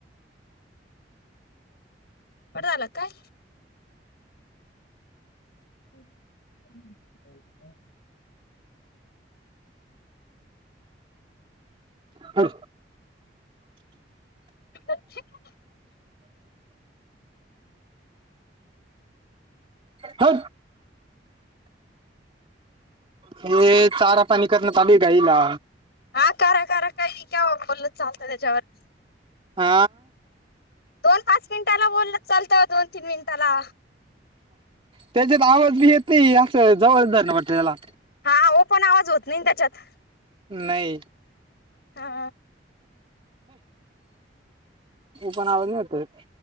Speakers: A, on the left; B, on the right.
A: कट झाला की काय? <inaudible>
B: है
A: <inaudible>
B: ह हे चारा पाणी करण चालू हाय गाईला
A: हा करा करा काय काय बोलल चालतं त्याच्यात
B: हा
A: दोन पाच मिनिटाला बोल चालतं दोन तीन मिनिटाला
B: त्याच्यात आवाज बी येत नाही असं <unintelligible> ना वाट त्याला
A: हा हो पण आवाज होत नाही त्याच्यात
B: नाही.
A: हा.
B: पण आवाज नाही येत